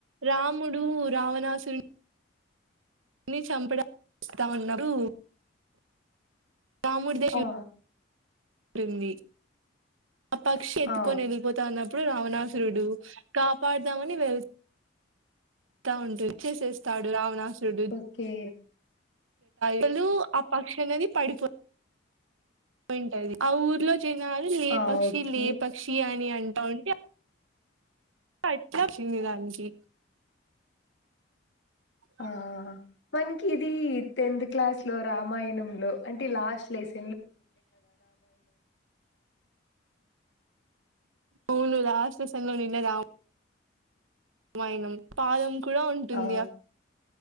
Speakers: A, on the right (about 85°); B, on the left (about 65°).
A: రాముడూ రావణాసురుణ్ ణి చంపడా <inaudible> వస్తా ఉన్నప్పుడూ రాముడి ద శి
B: ఆ
A: క్రింది ఆ పక్షి ఎత్తుకొని
B: ఆ
A: ఎలీపోతాంది అప్ అప్పుడు రావణాసురుడు కాపాడుదామని వెళ్ తా ఉంట్ వచేసేసి స్తాడు రావణాసురుడు.
B: ఓకే
A: పులూ ఆ పక్షి అనేది పడిపో యి ఉంటది ఆ ఊర్లో చినారి లే
B: ఆ!
A: పక్షి
B: ఓకే
A: లే పక్షి అన్ అని అంటావుంటే అట్ల వచ్చింది దానికి అ
B: ఆ మనకి ఇదీ టెన్త్ క్లాస్ లో రామాయణంలో అం టే లాస్ట్ లెస్
A: అవును లాస్ట్ లెసన్ లో నిన్నదా వైనం పాదం కూడా ఉంటుందియా
B: ఆ